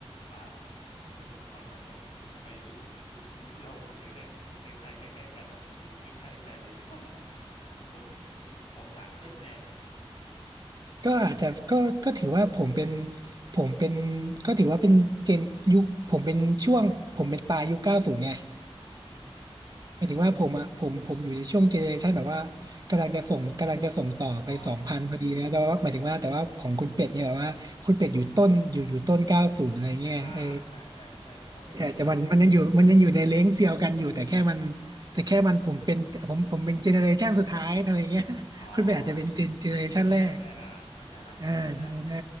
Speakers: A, on the left; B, on the right.
A: ป๊าดว่าทำไมผมฟังแล้วมันทำไมรู้สึกเหมือนยุคยุคเราเหมือนใกล้ใกล้เหมือนใกล้ๆใกล้ใกล้ๆกันอ่ะมันจริงก็ไม่ใกล้ไกลเลยนี่หว่า <laughs> ผมผมสามเจ็ดแน่
B: ก็อาจจะก็ก็ถือว่าผมเป็นผมเป็นก็ถือว่าเป็นเจนยุคผมเป็นช่วงผมเป็นปลายยุคเก้าศูนย์ไง
A: อื
B: หมายถึงว่าผมอ่ะผมผมอยู่ในช่วงเจเนเรชันแบบว่ากำลังจะส่งกำลังจะส่งต่อไปสองพันพอดีนะแต่ว่าหมายถึงว่าแต่ว่าของคุณเป็ดเนี่ยแบบว่าคุณเป็ดอยู่ต้นอยู่อยู่ต้นเก้าศูนย์อะไรเงี้ยไอ
A: มอ๋อ อ่า ใช่ใช่ใช่เพราะเพราะผมอาจอ่ะ
B: เออแต่มันมันยังอยู่มันยังอยู่ในเลนส์เซียวกันอยู่แต่แค่มันแต่แค่มันผมเป็นผมผมเป็นเจเนเรชันสุดท้ายอะไรเงี้ย <laughs>
A: อ๋ออ๋อ
B: คุณเป็ดอาจจะเป็นเจเนเรชันแรก
A: จะแลกแลกอ่า เข้าใจแล้วเข้าใจแล้ว
B: อ่าใช่ใช่